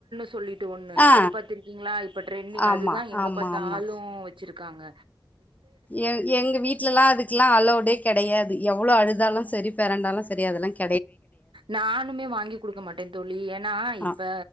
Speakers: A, on the right; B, on the left.
A: <unintelligible> ஒண்ணு
B: ஆ
A: அது பத்திருக்கீங்களா இப் இப்ப ட்ரெண்டிங்
B: ஆமா
A: அதுதான் எங்க
B: ஆமா
A: பத்தாலும்
B: ஆமா
A: வச்சிரு ருக்காங்க
B: எ எங்க வீட்டுலல்லாம் அதுக்குல்லாம் அளவுடே கிடையாது எவ்ளோ அழுதாலும் சரி பிறண்டாலும் ச சரி அதெல்லாம் கே
A: நானுமே வாங்கி குடுக்க மாட்டேன் தோழி ஏன்னா இப்ப
B: ஆ